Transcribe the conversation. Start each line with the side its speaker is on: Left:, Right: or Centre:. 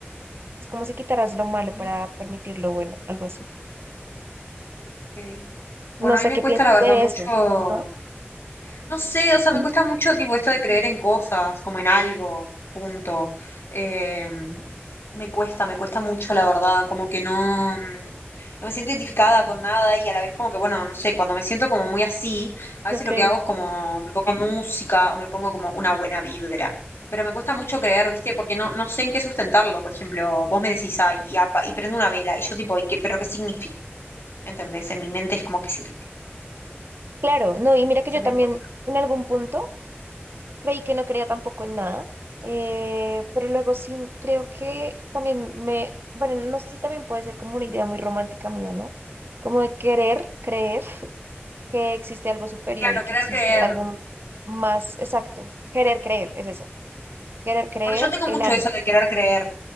Right: Es como si quitaras lo malo
Left: ujú,
Right: para permitir lo bueno, algo así.
Left: ok. Bueno,
Right: No sé
Left: a mí me
Right: qué
Left: cuesta
Right: pienses
Left: la verdad
Right: de
Left: mucho
Right: eso, ¿no?
Left: No sé, o sea,
Right: Mm,
Left: me cuesta mucho tipo esto de creer en cosas, como en algo, punto. Eh, me cuesta, me cuesta mucho, la verdad, como que no, mm, no me siento identificada con nada y a la vez como que, bueno, no sé, cuando me siento como muy así, a
Right: Ok.
Left: veces lo que hago es como me pongo música o me pongo como una buena vibra. Pero me cuesta mucho creer, ¿viste? Porque no, no sé en qué sustentarlo. Por ejemplo, vos me decís, ay, y, apa- y prendo una vela, y yo tipo, ¿y qué, pero qué significa? ¿Entendés? En mi mente es como que significa.
Right: Claro, no, y mira
Left: Entonces
Right: que yo
Left: me
Right: también
Left: cuesta.
Right: en algún punto creí que no creía tampoco en nada, eh, pero luego sí creo que también me, bueno, no sé si también puede ser como una idea muy romántica mía, ¿no? Como de querer creer que existe algo superior
Left: Claro,
Right: y
Left: querer
Right: que existe
Left: creer.
Right: algo más exacto. Querer creer, es eso, querer creer
Left: Bueno, yo tengo
Right: en
Left: mucho
Right: algo.
Left: eso de querer creer,